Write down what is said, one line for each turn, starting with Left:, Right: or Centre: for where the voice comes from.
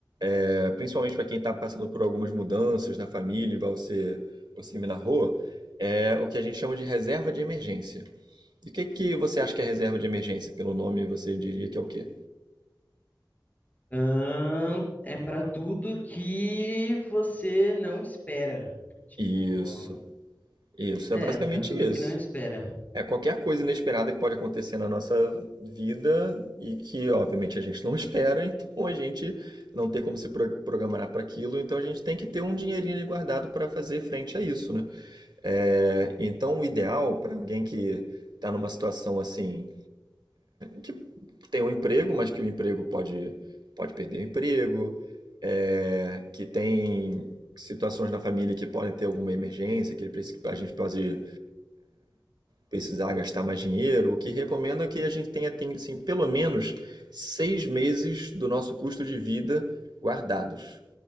Right: é, principalmente para quem está passando por algumas mudanças na família, igual você, você me narrou, é o que a gente chama de reserva de emergência. E o que, que você acha que é reserva de emergência? Pelo nome, você diria que é o quê?
Left: Ahn, é para tudo que você não espera. Tipo,
Right: Isso, isso,
Left: é,
Right: é basicamente
Left: para tudo
Right: isso.
Left: que não espera.
Right: É, qualquer coisa inesperada que pode acontecer na nossa vida e que, obviamente, a gente não <laughs> espera, então a gente não tem como se pro- programar para aquilo, então a gente tem que ter um dinheirinho ali guardado para fazer frente a isso, né? É, então, o ideal para alguém que está numa situação assim, que tem um emprego, mas que o emprego pode, pode perder o emprego, é, que tem situações na família que podem ter alguma emergência, que ele, preci- a gente pode precisar gastar mais dinheiro, o que recomendo é que a gente tenha tem, assim, pelo menos seis meses do nosso custo de vida guardados,